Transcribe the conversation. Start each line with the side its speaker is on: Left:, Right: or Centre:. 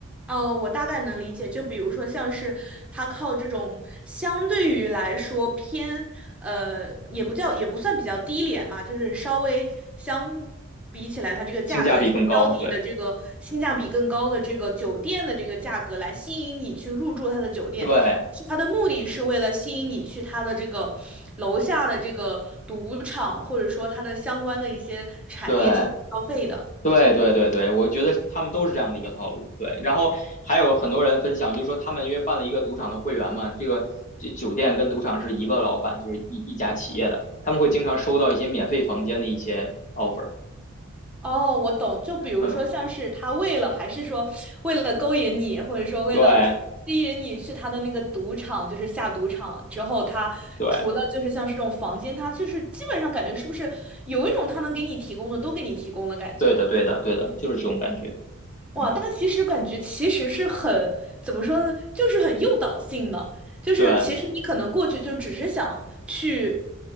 Centre: 哦，我大概能理解。就比如说，像是他靠这种相对于来说偏，呃，也不叫也不算比较低廉嘛，就是稍微相比起来，它这个价格较低的这个性价比更高的这个酒店的这个价格来吸引你去入住他的酒店，
Left: 性价比更高。对对
Centre: 是他的目的是为了吸引你去他的这个楼下的这个赌场，或者说它的相关的一些产业进行消费的。
Left: 对对对对对，我觉得他们都是这样的一个套路。对，然后还有很多人分享，就是说他们因为办了一个赌场的会员嘛，这个这酒店跟赌场是一个老板，就是一一家企业的，他们会经常收到一些免费房间的一些 offer。
Centre: 哦，我懂。就比如说，
Left: 嗯，
Centre: 像是他为了，还是说为了勾引你，或者说为了吸引你去他的那个赌场，
Left: 对
Centre: 就是下赌场之后，他除了就是像是这种房间，
Left: 对
Centre: 他就是基本上感觉是不是有一种他能给你提供的都给你提供的感觉。
Left: 对的对的对的，就是这种感觉。
Centre: 哇，
Left: 嗯，
Centre: 但其实感觉其实是很，怎么说呢，就是很诱导性的，就是其实你可能过去就只是想去，
Left: 对，